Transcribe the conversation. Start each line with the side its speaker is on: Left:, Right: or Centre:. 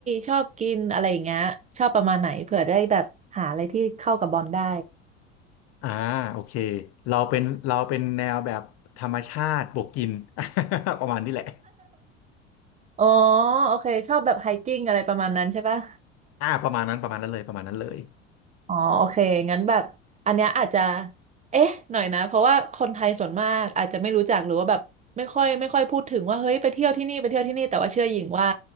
Right: ชอบกินอะไรอย่างเงี้ยชอบประมาณไหนเผื่อได้แบบหาอะไรที่เข้ากับบอลได้
Left: อ่าโอเคเราเป็นเราเป็นแนวแบบธรรมชาติบวกกิน <laughs> ประมาณนี้แหละ
Right: อ๋อโอเคชอบแบบไฮกิ้งอะไรประมาณนั้นใช่ปะ
Left: อ่าประมาณนั้นประมาณนั้นเลยประมาณนั้นเลย
Right: อ๋อโอเคงั้นแบบอันเนี้ยอาจจะเอ๊ะหน่อยนะเพราะว่าคนไทยส่วนมากอาจจะไม่รู้จักหรือว่าแบบไม่ค่อยไม่ค่อยพูดถึงว่าเฮ้ยไปเที่ยวที่นี่ไปเที่ยวที่นี่แต่ว่าเชื่อหญิงว่า